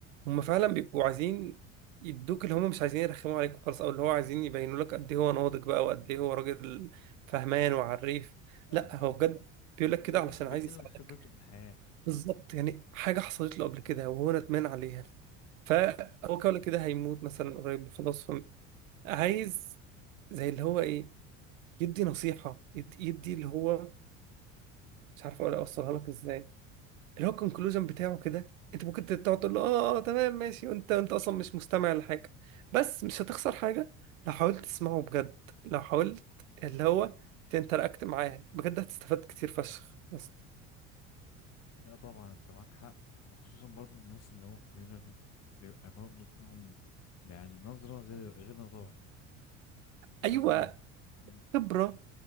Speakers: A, on the right; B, on the left.
A: هم فعلا بيبقوا عايزين يدوك اللي هم مش عايزين يرخموا عليك خالص أو اللي هو عايزين يبينوا لك قد إيه هو ناضج بقى وقد إيه هو راجل فهمان وعريف
B: لا
A: لا
B: لا
A: هو بجد بيقول لك
B: بين...
A: كده علشان
B: بينقل
A: عايز يساعدك
B: لك خبرته في الحياة
A: بالظبط يعني حاجة حصلت له قبل كده وهو ندمان
B: مم.
A: عليها فهو
B: مم.
A: كده ولا كده هيموت مثلا قريب خلاص عايز زي اللي هو ايه يدي نصيحة يد- يدي اللي هو مش عارف اقول اوصلها لك ازاي اللي هو الكونكلوجن بتاعه كده انت ممكن تقعد تقول له اه اه تمام ماشي وانت انت اصلا مش مستمع لحاجة بس مش هتخسر حاجة لو حاولت تسمعه بجد لو حاولت اللي هو تنتراكت معاه بجد هتستفاد كتير فشخ بس
B: لا طبعا انت معاك حق وخصوصا برضو الناس اللي هو الكبيرة دي بيبقى برضو فيهم يعني نظرة غير غيرنا طبعا نظرة
A: ايوه
B: مم.
A: خبرة